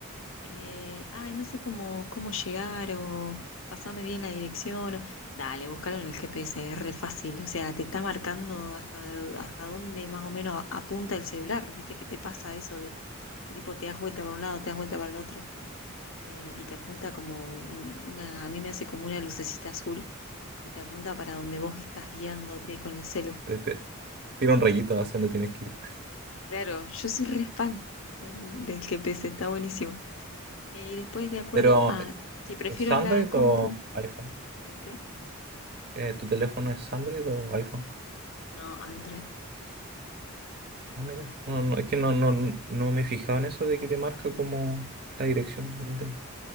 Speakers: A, on the left; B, on the right.
A: eh, ay, no sé cómo, cómo llegar o pasame bien la dirección. o- dale, búscalo en el GPS, es re fácil. O sea, te está marcando hasta, de- hasta dónde más o menos apunta el celular. ¿Viste que te pasa eso de que tipo te das vuelta para un lado, te das vuelta para el otro? eh, y te apunta como un- una, a mí me hace como una lucecita azul que te apunta para donde vos estás guiándote con el celu.
B: Te, te tira un rayito hacia dónde tienes que ir.
A: Claro, yo soy re fan del, del GPS, está buenísimo. Eh, y después, de acuerdo
B: Pero,
A: a
B: eh,
A: si prefiero
B: ¿es Android
A: la compu
B: o iPhone?
A: ¿El qué?
B: Eh, ¿tu teléfono es Android o iPhone?
A: No, Android.
B: Ah, mira. No, no, es que no, no, no no me he fijado en eso de que te marca como la dirección donde.